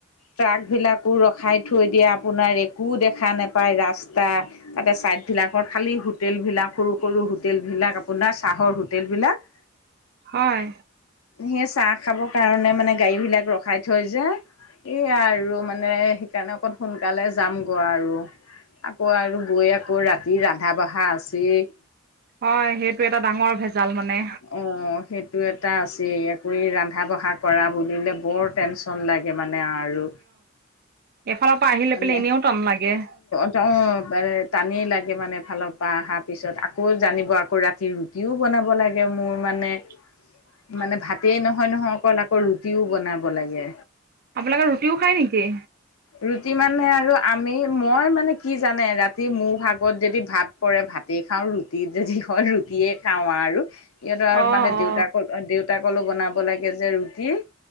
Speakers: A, on the left; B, on the right.
A: ট্ৰাকবিলাকো ৰখাই থৈ দিয়ে আপোনাৰ একো দেখা নাপায় ৰাস্তা। তাতে ছাইডবিলাকত খালি হোটেল বিলাক সৰু সৰু হোটেল বিলাক আপোনাৰ চাহৰ হোটেলবিলাক
B: হয়।
A: সেই চাহ খাবৰ কাৰণে মানে গাড়ী বিলাক ৰখ ৰখাই থৈ যে, এইয়া আৰু মানে সেইকাৰণে অকণ সোনকালে যাম গৈ আৰু। আকৌ আৰু গৈ আকৌ ৰাতি ৰান্ধা-বঢ়া আছেই।
B: হয়, সেইটো এটা ডাঙৰ ভেজাল মানে।
A: অ, সেইটো এটা আছেই। আকৌ এই ৰন্ধা-বঢ়া কৰা বুলিলে বৰ টেনচন লাগে মানে আৰু।
B: এফালৰ পৰা আহি লৈ
A: মানে
B: পেলাই এনেও টন লাগে।
A: অ টানেই লাগে মানে এফালৰ পৰা আহাৰ পিছত। আকৌ জানিব আকৌ ৰাতিৰ তিও বনাব লাগে মোৰ মানে।
B: <inaudible>
A: মানে ভাতেই নহয় নহয় অকল, আকৌ ৰুটিও বনাব লাগে।
B: আপোনালোকে ৰুটিও খায় নেকি?
A: ৰুটি মানে আৰু আমি মই মানে কি জানে ৰাতি মোৰ ভাগত যদি ভাত পৰে ভাতেই খাওঁ। ৰুটিত যদি হয় ৰুটিয়ে খাওঁ আৰু। সিহঁতৰ আৰু
B: অ
A: মানে
B: অ
A: দেউতাকৰ দেউতাকৰলে বনাব লাগে যে ৰুটি।